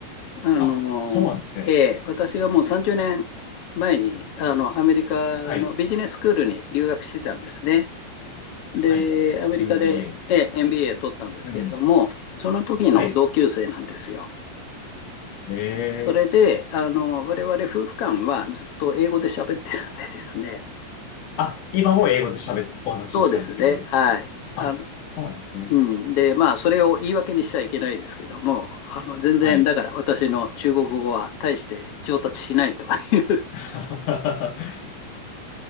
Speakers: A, on the left; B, on the left.
A: あの、
B: あ、そうなんですね。
A: ええ、私がもう30年前に、あの、アメリカのビジネススクールに留学してたんですね。
B: はい。
A: で、
B: はい。
A: アメリカで、
B: MBA
A: MBA
B: って。
A: 取ったんですけれども、
B: うん。
A: その時の同級生なんですよ。
B: はい。ええ
A: それで、あの、我々夫婦間はずっと英語で喋ってるんでですね、
B: あ、今も英語で喋っ、お話しされてる。
A: そうですね、はい。あの、
B: あ、そうなんですね。
A: うん、で、まあ、それを言い訳にしちゃいけないですけども、あの、全然、
B: はい。
A: だから私の中国語は大して上達しないという
B: <laughs>